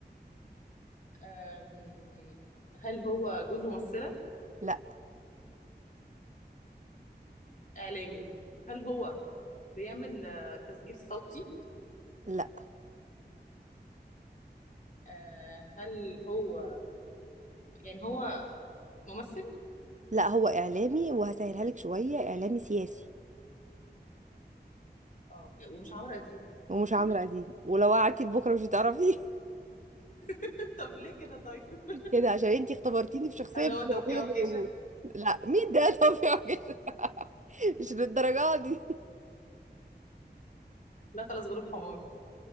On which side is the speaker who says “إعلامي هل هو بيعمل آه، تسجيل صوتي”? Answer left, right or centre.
Left